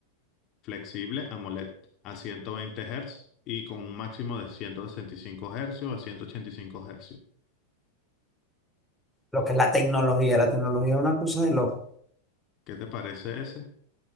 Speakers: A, on the left; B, in the centre.
A: flexible AMOLED a 120 Hz y con un máximo de 165 Hz a 185 Hz.
B: lo que es la tecnología, la tecnología es una cosa de loco.
A: ¿Qué te parece ese?